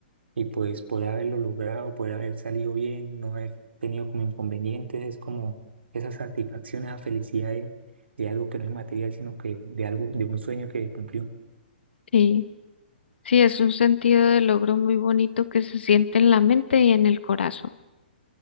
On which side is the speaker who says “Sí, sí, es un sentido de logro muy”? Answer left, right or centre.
Left